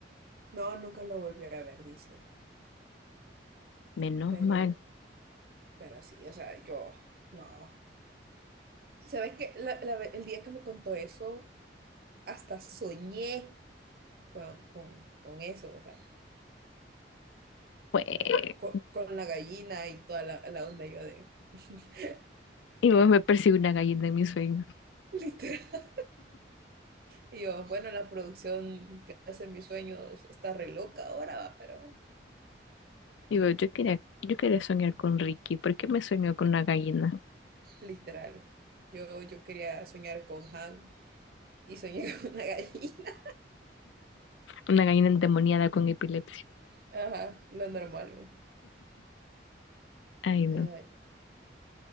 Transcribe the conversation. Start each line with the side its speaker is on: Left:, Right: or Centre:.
Right: No, nunca lo volví a ver, dice.
Left: Menos
Right: Pero,
Left: mal.
Right: pero sí, o sea, yo no. ¿Sabes qué? La- la ve- el día que me contó eso, hasta soñé con, con- con eso, o sea,
Left: Fue.
Right: co- con, la gallina y toda la, la onda yo de... <laughs>
Left: Y vos me persigue una gallina en mi sueño.
Right: Literal. Y yo, bueno, la producción que hace mis sueños está re loca ahora, va, pero bueno,
Left: Digo, yo quería, yo quería soñar con Ricky. ¿Por qué me soñó con una gallina?
Right: literal. Yo, yo quería soñar con Han y soñé <laughs> con una gallina.
Left: Una gallina endemoniada con epilepsia.
Right: Ajá, lo normal. ¿no?
Left: Ay, no.
Right: Ay,